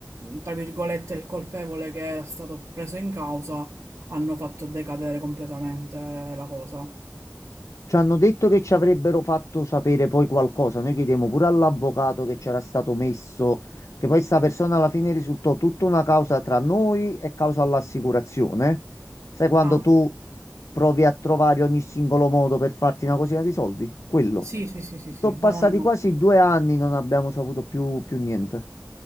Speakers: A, on the right (about 70°); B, on the left (about 80°).
A: mm, tra virgolette, il colpevole che era stato preso in causa, hanno fatto decadere completamente la cosa.
B: Ci hanno detto che ci avrebbero fatto sapere poi qualcosa. Noi chiedemmo pure all'avvocato che c'era stato messo, che poi sta persona alla fine risultò tutta una causa tra noi e causa all'assicurazione. Sai quando
A: Ah, ok.
B: tu provi a trovare ogni singolo modo per farti una cosina di soldi? Quello.
A: Sì, sì, sì, sì, sì,
B: Sono passati
A: no, no,
B: quasi due anni, non abbiamo saputo più, più niente.